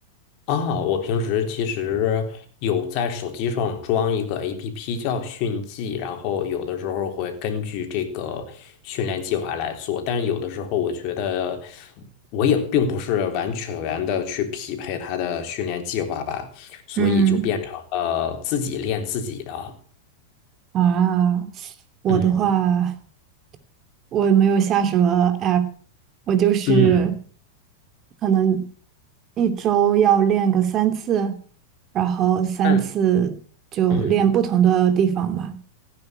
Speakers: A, on the left (about 50°); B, on the right (about 35°).
A: 啊，我平时其实有在手机上装一个 APP 叫迅记，然后有的时候会根据这个训练计划来做，但是有的时候我觉得我也并不是完全的去匹配它的训练计划吧，所以就变成了自己练自己的。
B: 嗯啊，我的话。
A: 嗯
B: 我没有下什么 app，我就是
A: 嗯，
B: 可能一周要练个三次，然后三次就练不同的地方嘛，
A: 那嗯，